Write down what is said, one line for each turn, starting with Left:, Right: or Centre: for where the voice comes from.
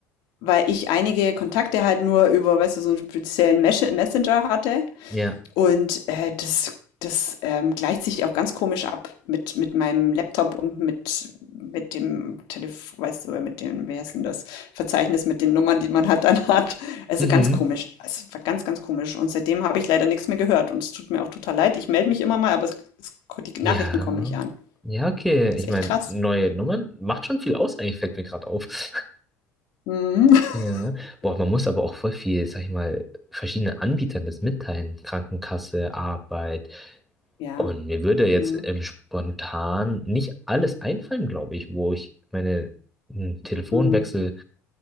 Left: weil ich einige Kontakte halt nur über, weißt du, so einen speziellen Mesche Messenger hatte
Centre: Ja.
Left: und, äh, das das, ähm, gleicht sich auch ganz komisch ab mit mit meinem Laptop und mit mit dem Telefon, weißt du, mit dem wie heißt denn das, Verzeichnis mit den Nummern, die man halt dann <laughs> hat. Also,
Centre: Mhm.
Left: ganz komisch. Es war ganz, ganz komisch und seitdem habe ich leider nichts mehr gehört und es tut mir auch total leid. Ich melde mich immer mal, aber es es die Nachrichten
Centre: Ja.
Left: kommen nicht an.
Centre: Ja, okay.
Left: Ist
Centre: Ich meine,
Left: echt krass.
Centre: neue Nummern macht schon viel aus, eigentlich fällt mir gerade auf. <laughs>
Left: Mhm. <laughs>
Centre: Ja. Boah, man muss aber auch voll viel, sag ich mal, verschiedenen Anbietern das mitteilen. Krankenkasse, Arbeit.
Left: Ja.
Centre: Und mir würde jetzt
Left: Mhm.
Centre: ähm, spontan nicht alles einfallen, glaube ich, wo ich meine einen Telefonwechsel
Left: Mhm.